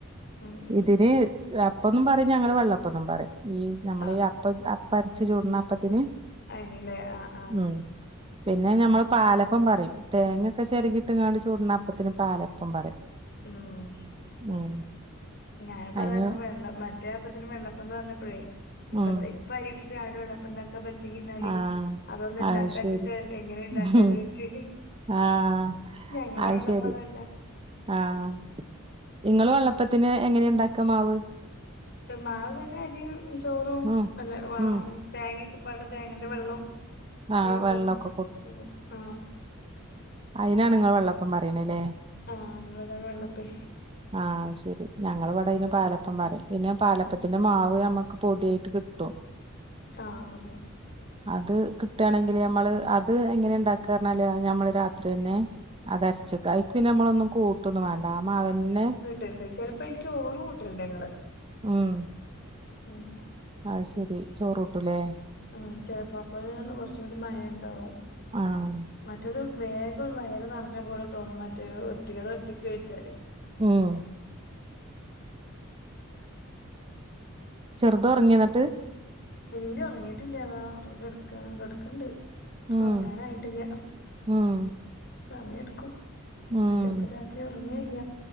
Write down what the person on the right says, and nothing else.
ഇതി അപ്പോന്നും പറയും ഞങ്ങള് വെള്ളപ്പോന്നും പറയും ഞമ്മള്
ഈ അപ്പ അപ്പം അരച്ച് ചൂടണ അപ്പത്തിന്
ഉം പിന്നെ
ഞമ്മള് പാലപ്പം പറയും തേങ്ങയൊക്കെ ചെരകി ഇട്ടങ്ങാണ്ട് ചൂടണ അപ്പത്തിന് പാലപ്പം പറയും
ഉം
അയിന്
ഉം
ആഹ്
അത് ശരി
ഉം
ആഹ്
അത്
ശരി
ആഹ് ഇങ്ങള് വെള്ളപ്പത്തിന് എങ്ങനെ ഉണ്ടാക്ക മാവ്
ഉം
ഉം
ആഹ്
വെള്ളൊക്കെ
അതിനാണ് നിങ്ങൾ വെള്ളപ്പം പറയണത് അല്ലേ
ആഹ് ശരി ഞങ്ങൾ ഇവിടെ ഇന് പാലപ്പം പറയും പിന്നെ പാലപ്പത്തി
ന്റെ മാവ് നമ്മുക്ക് പൊടിയായിട്ട് കിട്ടും
അത് കിട്ടാണെങ്കിൽ ഞമ്മള് അത് എങ്ങനെ ഇണ്ടാക്ക പറഞ്ഞാല് അത് നമ്മള് രാത്രി തന്നെ അത് അരച്ചെക്ക അതിക്ക് പിന്നെ നമ്മളൊന്നും കൂട്ടൊന്നും വേണ്ട ആഹ് മാവെന്നെ
ഉം
അത് ശരി ചോറൂട്ടുലേ
ആഹ്
ഉം
ചെറുത് ഒറങ്ങിയോ എന്നിട്ട്
ഉം
ഉം
ഉം